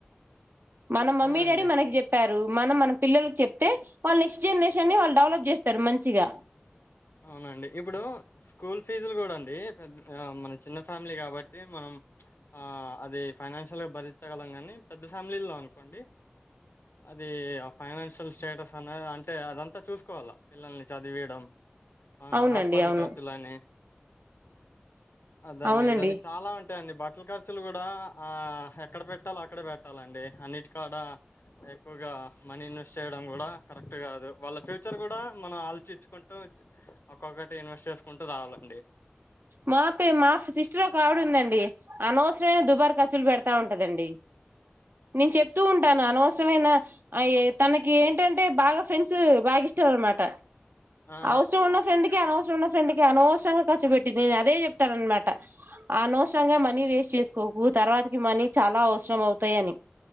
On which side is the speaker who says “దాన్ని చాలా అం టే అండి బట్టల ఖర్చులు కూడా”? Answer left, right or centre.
Left